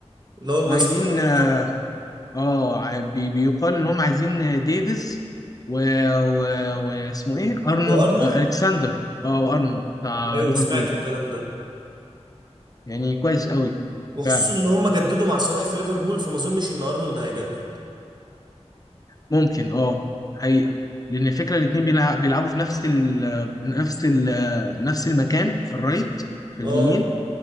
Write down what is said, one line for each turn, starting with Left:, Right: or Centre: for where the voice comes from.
Right: لا والله
Left: عايزين
Right: صفقات جديده
Left: اه آه، عاي- بي- بيقال ان هم عايزين ديفيز و... و... واسمه ايه ارنولد
Right: وارنولد
Left: آه الكسندر اه ارنولد بتاع
Right: ايوه
Left: ليفربول
Right: سمعت الكلام ده
Left: يعني كويس قوي
Right: وخصوصا
Left: فعلا
Right: ان هم جددوا مع صلاح في ليفربول فما اظنش ان ارنولد هيجدد
Left: ممكن اه حقيقة لأن الفكرة الاتنين بيلع- بيلعبوا في نفس ال نفس ال نفس المكان في الرايت في اليمين
Right: اه